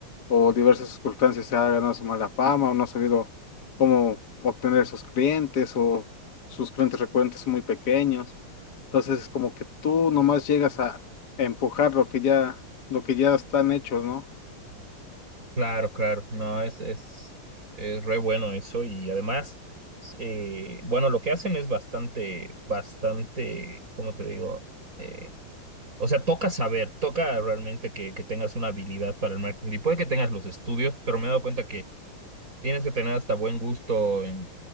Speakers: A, on the left (about 50°); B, on the right (about 40°).
A: o diversas circunstancias se ha ganado su mala fama o no ha sabido cómo obtener sus clientes o sus clientes recurrentes son muy pequeños. Entonces es como que tú nomás llegas a empujar lo que ya, lo que ya están hechos, ¿no?
B: Claro, claro, no, es, es, es re bueno eso y además, eh, bueno, lo que hacen es bastante, bastante, ¿cómo te digo? Eh, o sea, toca saber, toca realmente que, que tengas una habilidad para el marketing. Y puede que tengas los estudios, pero me he dado cuenta Tienes que tener hasta buen gusto en,